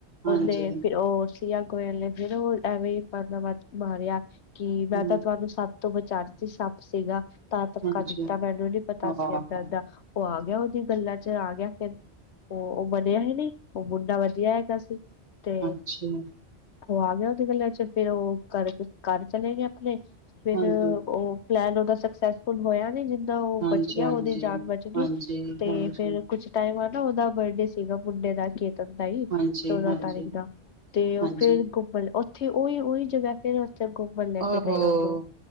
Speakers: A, on the right; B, on the left.
A: ਹਾਂਜੀ,
B: ਉਹਨੇ ਉਹ ਸੀਯਾ ਗੋਇਲ ਨੇ ਫੇਰ ਉਹ ਐਵੇਂ ਈ ਬਹਾਨਾ ਮਾਰਿਆ ਕਿ ਮੈਂ
A: ਹੂੰ
B: ਤਾਂ ਤੁਹਾਨੂੰ ਸ ਪ ਤੋਂ ਬਚਾਂਦੀ ਸੱਪ ਸੀਗਾ ਤਾਂ ਧੱਕਾ
A: ਹਾਂਜੀ
B: ਦਿੱਤਾ ਮੈਨੂੰ ਨੀ ਪਤਾ
A: ਹਾਂ-ਹਾਂ-ਹਾਂ।
B: ਸੀ ਏਦਾਂ ਏਦਾਂ, ਉਹ ਆ ਗਿਆ ਉਹਦੀ ਗੱਲਾਂ ਚ ਆ ਗਿਆ ਫਿਰ ਉਹ ਉਹ ਬਣਿਆ ਹੀ ਨੀ, ਉਹ ਮੁੰਡਾ ਵਧੀਆ ਹੈਗਾ ਸੀ ਤੇ
A: ਅੱਛਾ
B: ਉਹ ਆ ਗਿਆ ਉਹਦੀ ਗੱਲਾਂ ਚ ਫਿਰ ਉਹ ਕਰ ਘਰ ਚਲੇ ਗਏ ਆਪਣੇ ਫੇਰ
A: ਹਾਂਜੀ,
B: ਉਹ ਪਲੈਨ ਉਹਦਾ ਸਕਸੈਸਫੁਲ ਹੋਇਆ ਨੀ ਜਿੰਦਾਂ ਉਹ
A: ਹਾਂਜੀ-ਹਾਂਜੀ,
B: ਬਚ ਗਿਆ, ਉਹਦੀ ਜਾਨ ਬਚ ਗਈ
A: ਹਾਂਜੀ-ਹਾਂਜੀ। ਹਾਂਜੀ-ਹਾਂਜੀ,
B: ਤੇ ਫਿਰ ਕੁਛ ਟਾਈਮ ਬਾਦ ਨਾ ਉਹਦਾ ਬਰਡੇ ਸੀਗਾ ਮੁੰਡੇ ਦਾ ਦਾ ਸੀ
A: ਹਾਂਜੀ
B: <unintelligible> ਚੌਦਾਂ
A: ਹਾਂਜੀ ਹਾਂਜੀ
B: ਤਾਰੀਕ ਦਾ ਤੇ ਉਹ
A: ਹਾਂਜੀ
B: ਫੇਰ ਘੁੰਮਣ ਉਥੇ ਓਹੀ ਉਹੀ ਜਗ੍ਹਾ ਫੇਰ ਉੱਥੇ ਘੁੰਮਣ ਲੈ ਕੇ
A: ਓਹੋ
B: ਗਈ ਉਹਨੂੰ